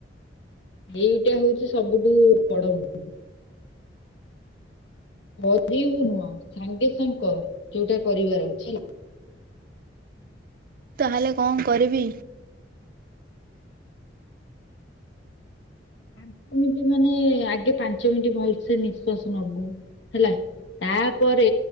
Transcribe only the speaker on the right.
ତାହେଲେ କଣ କରିବି?